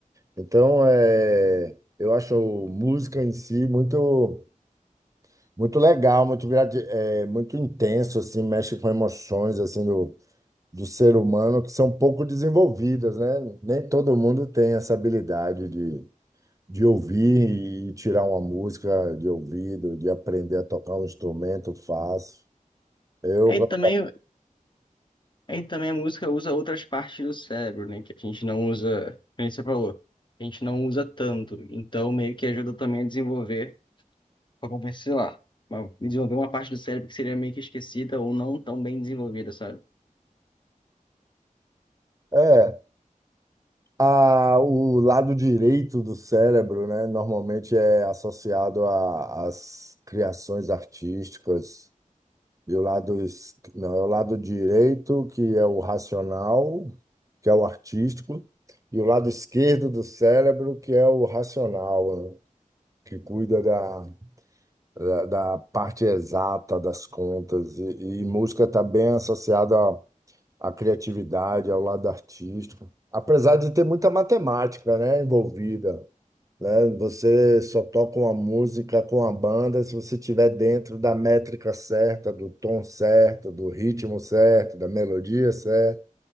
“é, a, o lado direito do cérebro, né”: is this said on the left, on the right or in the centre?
Right